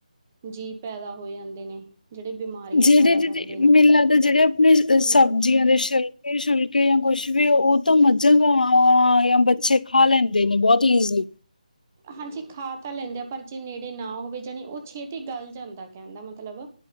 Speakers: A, on the right; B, on the left.
A: ਜੀ ਪੈਦਾ ਹੋ ਜਾਂਦੇ ਨੇ। ਜਿਹੜੇ ਬਿਮਾਰੀਆਂ
B: ਜਿਹੜੇ-ਜਿਹੜੇ
A: ਪੈਦਾ ਕਰਦੇ ਨੇ
B: ਮੈਨੂੰ ਲੱਗਦਾ ਜਿਹੜੇ ਆਪਣੇ
A: ਹਮ
B: ਸਬਜ਼ੀਆਂ ਦੇ ਸ਼ੀ ਕੇ ਛੁਲਕੇ ਜਾਂ ਕੁਛ ਵੀ ਉਹ ਤਾਂ ਮੱਝਾਂ, ਗਾਵਾਂ ਜਾਂ ਬੱਚੇ ਖਾ ਲੈਂਦੇ ਨੇ, ਬਹੁਤ ਈਜ਼ੀ।
A: ਹਾਂਜੀ, ਖਾ ਤਾਂ ਲੈਂਦੇ ਆ ਪਰ ਜੇ ਨੇੜੇ ਨਾ ਹੋਵੇ ਜਾਣੀ ਉਹ ਛੇਤੀ ਗਲ ਜਾਂਦਾ ਕਹਿੰਦਾ ਮਤਲਬ